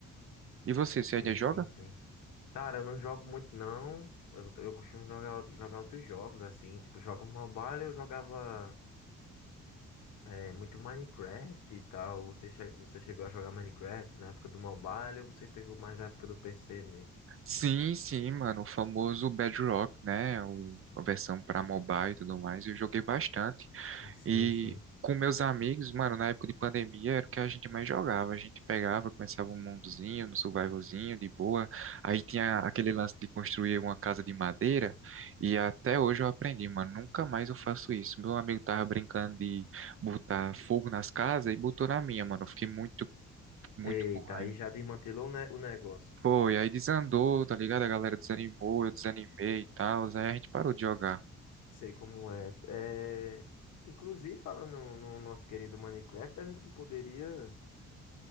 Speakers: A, on the right; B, on the left.
A: E você, você
B: Sim,
A: ainda joga?
B: sim, sim. Cara, eu não jogo muito não. Eu, eu costumo jogar, jogar outros jogos, assim. Tipo, jogo mobile, eu jogava. É, muito Minecraft e tal. Você, che- você chegou a jogar Minecraft na época do mobile ou você pegou mais a época do PC mesmo?
A: Sim, sim, mano, o famoso Bedrock, né? O, a versão para mobile e tudo mais, eu joguei bastante.
B: Sim,
A: E
B: sim.
A: com meus amigos, mano, na época de pandemia era o que a gente mais jogava. A gente pegava, começava um mundozinho, no survivalzinho, de boa. Aí tinha aquele lance de construir uma casa de madeira. E até hoje eu aprendi, mano, nunca mais eu faço isso. Meu amigo tava brincando de botar fogo nas casas e botou na minha, mano. Eu fiquei muito, muito
B: Eita,
A: com raiva.
B: aí já desmantelou, né, o negócio.
A: Foi, aí desandou, tá ligado? A galera desanimou, eu desanimei e tal. Aí a gente parou de jogar.
B: Sei como é. É, Inclusive, falando no nosso querido Minecraft, a gente não poderia